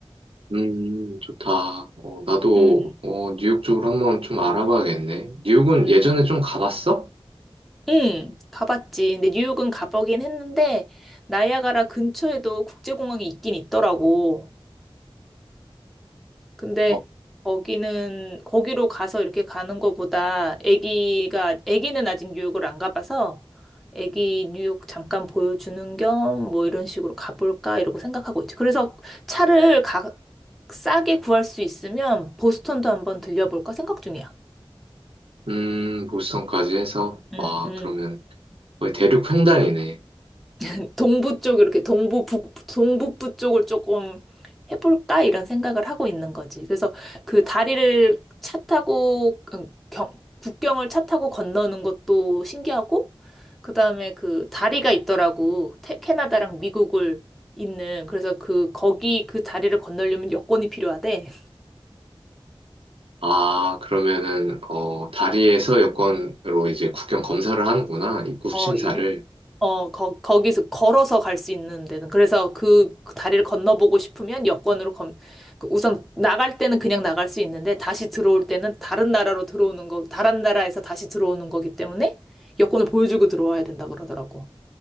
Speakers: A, on the right (about 75°); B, in the centre.
A: 음, 좋다. 어, 나도,
B: 응,
A: 어, 뉴욕 쪽으로 한번 좀 알아봐야겠네. 뉴욕은
B: 응,
A: 예전에 좀 가봤어?
B: 응, 가봤지. 근데 뉴욕은 가보긴 했는데 나이아가라 근처에도 국제공항이 있긴 있더라고. 근데
A: 어,
B: 거기는 거기로 가서 이렇게 가는 거보다 아기가 아기는 아직 뉴욕을 안 가봐서 아기 뉴욕 잠깐 보여주는 겸 뭐 이런 식으로 가볼까 이러고 생각하고 있지. 그래서 차를 가, 싸게 구할 수 있으면 보스턴도 한번 들려볼까 생각 중이야.
A: 음, 보스턴까지 해서,
B: 음,
A: 와,
B: 음.
A: 그러면 거의 대륙 횡단이네.
B: <laughs> 동부 쪽 이렇게 동부 북 동북부 쪽을 조금 해볼까 이런 생각을 하고 있는 거지. 그래서 그 다리를 차 타고 음, 경, 국경을 차 타고 건너는 것도 신기하고 그다음에 그 다리가 있더라고. 태- 캐나다랑 미국을 있는. 그래서 그 거기 그 다리를 건너려면 여권이 필요하대.
A: 아, 그러면은, 어, 다리에서 여권으로 이제 국경 검사를 하는구나. 입국
B: 어,
A: 심사를.
B: 이, 어, 거, 거기서 걸어서 갈 수 있는 데는. 그래서 그, 그 다리를 건너보고 싶으면 여권으로 검, 그 우선 나갈 때는 그냥 나갈 수 있는데 다시 들어올 때는 다른 나라로 들어오는 거, 다른 나라에서 다시 들어오는 거기 때문에 여권을 보여주고 들어와야 된다 그러더라고.